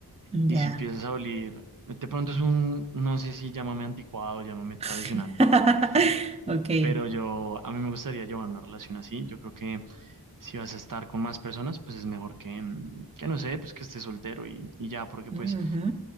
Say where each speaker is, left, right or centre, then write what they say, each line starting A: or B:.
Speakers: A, on the right; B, on the right.
A: Ya.
B: Y si empiezas a oler, de pronto es un, no sé si llámame anticuado, llámame tradicional,
A: <laughs>
B: pero,
A: Ok.
B: pero yo, a mí me gustaría llevar una relación así. Yo creo que si vas a estar con más personas, pues es mejor que, mm, que no sé, pues que estés soltero y, y ya, porque pues
A: Ujú,